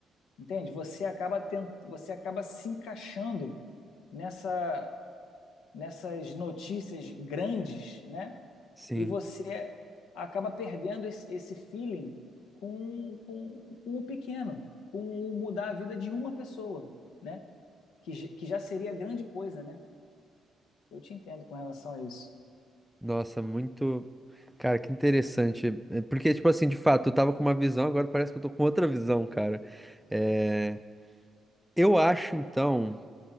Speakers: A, on the left; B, in the centre.
A: entende? Você acaba tent... você acaba se encaixando nessa nessas notícias grandes, né?
B: Sim.
A: E você acaba perdendo esse, esse feeling com, com, com o pequeno, com o mudar a vida de uma pessoa, né? Que, j- que já seria grande coisa, né? Eu te entendo com relação a isso.
B: Nossa, muito. Cara, que interessante. É, Porque, tipo assim, de fato, eu tava com uma visão, agora parece que eu tô com outra visão, cara. É, Eu acho, então,